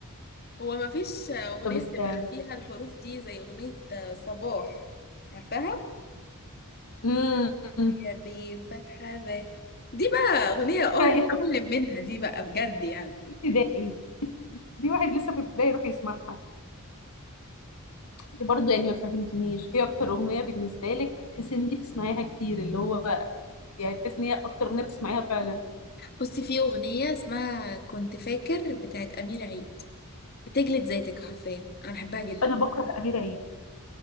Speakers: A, on the left (about 45°); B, on the left (about 90°).
A: هو ما فيش اغنيه
B: طب استنى
A: بتبقى فيها الحروف دي زي اغنيه صباح عارفاها
B: امم <laughs>
A: هي بفتحة ب دي بقى اغنيه اه
B: ايوه
A: نتعلم منها دي بقى بجد يعني
B: ابتدائي دي واحد لسه في ابتدائي يروح يسمعها انت برضه يعني ما فهمتنيش ايه اكتر اغنيه بالنسبه لك تحسي ان انت بتسمعيها كتير اللي هو يعني تحسي ان هي اكتر اغنيه بتسمعيها فعلا
A: بصي في اغنيه اسمها كنت فاكر بتاعت امير عيد بتجلد ذاتك حرفيا انا بحبها جدا
B: انا بكره امير عيد